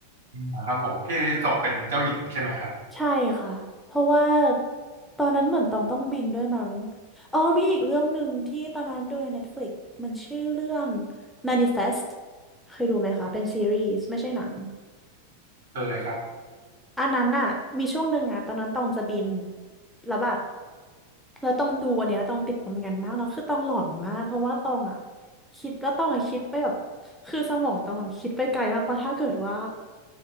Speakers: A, on the right (about 60°); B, in the centre.
A: อ่าครับผมที่ศกเป็นเจ้าหญิงใช่ไหมครับ
B: ใช่ค่ะเพราะว่าตอนนั้นเหมือนตองต้องบินด้วยมั้งอ๋อมีอีกเรื่องหนึ่งที่ตอนนั้นดูใน Netflix มันชื่อเรื่อง Manifest เคยดูไหมคะเป็นซีรีส์ไม่ใช่หนัง
A: เคยครับ
B: อันนั้นน่ะมีช่วงหนึ่งอะตอนนั้นตองจะบินแล้วแบบ แล้วต้องดูอันเนี้ยต้องติดตรงงานมากแล้วคือต้องหลอนมากเพราะว่าต้องอ่ะคิดแล้วต้องอ่ะคิดไปแบบคือสมองต้องแบบคิดไปไกลมากว่าถ้าเกิดว่า